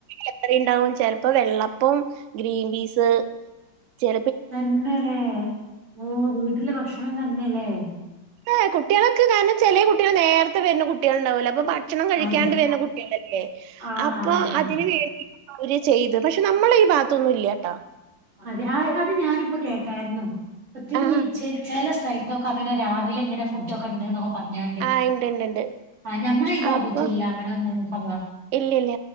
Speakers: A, on the right; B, on the right.
A: എത്ര ഉണ്ടാവും ചെലപ്പോ വെള്ളപ്പം ഗ്രീൻ പീസ് ച
B: തന്നെല്ലേ ഓഹ് വീട്ടില് ഭക്ഷണം തന്നെല്ലേ
A: ഏ കുട്ട്യാളൊക്കെ കാരണം ചെലെ കുട്ട്യാൾ നേരത്തെ വര്ന്ന കുട്ടിൾുണ്ടാവലോ അപ്പൊ ഭക്ഷണം കഴിക്കാണ്ട്
B: അതെ
A: വരുന്ന കുട്ടികളല്ലേ
B: ആ
A: അപ്പ
B: ആ ആ
A: അതിന വേ അവര് ചെയ്ത് പക്ഷെ നമ്മള ഈ ഭാതൊന്നും ഇല്ലാട്ടോ
B: അതെ ആ അത് ഞാനിപ്പോ കേട്ടായിരുന്നു ഒത്തിരി
A: ആ
B: ഛെല സ്ഥ തോക്കങ്ങനെ രാവിലെങ്ങനെ ഫുടൊക്കെണ്ട്ന്നൊക്കെ പറഞ്ഞാണ്ട്
A: ആ ഇണ്ട് ഇണ്ട് ഇണ്ട്.
B: ആ ഞമ്മള ഈ ഭാഗത്തുല്ല
A: അപ്പൊ
B: അങ്ങനെ ഒന്നഭ
A: ഇല്ല ഇല്ല